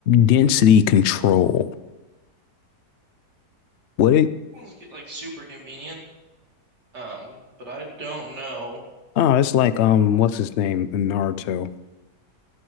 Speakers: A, on the left; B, on the right.
A: Density control. What it?
B: one's like super convenient. Um, but I don't know.
A: Oh, it's like um, what's his name in Naruto?